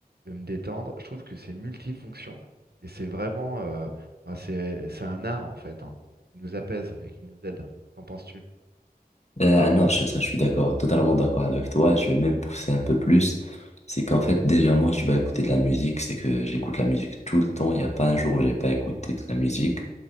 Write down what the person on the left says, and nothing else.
Euh, ah non, je, ça, je suis d'accord, totalement d'accord avec toi. Je vais même pousser un peu plus. C'est qu'en fait, déjà, moi, tu vas écouter de la musique. C'est que j'écoute la musique tout le temps. Il n'y a pas un jour où j'ai pas écouté de la musique.